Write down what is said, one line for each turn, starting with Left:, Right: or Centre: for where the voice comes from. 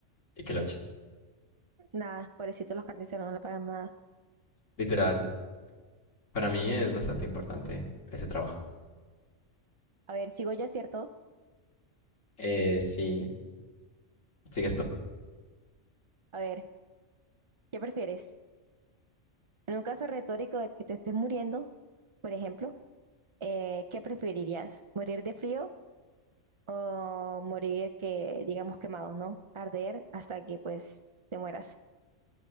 Left: y que lo eche.
Right: nada, pobrecito, los carniceros no le pagan nada.
Left: Literal, para mí es bastante importante ese trabajo.
Right: A ver, sigo yo, ¿cierto?
Left: Eh, sí, sigue esto.
Right: A ver, ¿qué prefieres? En un caso retórico de que te estés muriendo, por ejemplo, eh, ¿qué preferirías? ¿Morir de frío o morir que, digamos, quemado, ¿no? Arder hasta que, pues, te mueras,